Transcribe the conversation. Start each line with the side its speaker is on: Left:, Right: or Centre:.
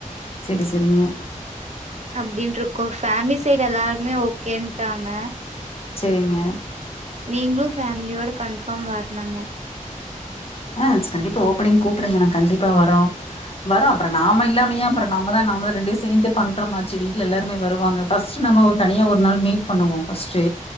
Left: செரி செரிங்க
Right: அப்டின்னு இருக்கோ ஃபேமிலி சைடு எல்லாருமே ஓகேன்ட்டாங்க
Left: செரிங்க
Right: நீங்களும் ஃபேமிலியோட கன்ஃபார்ம் வர்னுங்க
Left: ஆ கண்டிப்பா ஓப்பனிங் கூப்டுங்க ந கண்டிப்பா வரோ வரோ அப்றோ நாம இல்லாமையா அப்றோ நாம தா நாம தா ரெண்டு சேர்ந்து பண்றமா மாச்சு வீட்ல எல்லாருமே வருவாங்க ஃபர்ஸ்ட் நம்ம தனியா ஒரு நாள் மீட் பண்ணுவோ ஃபஸ்ட்டு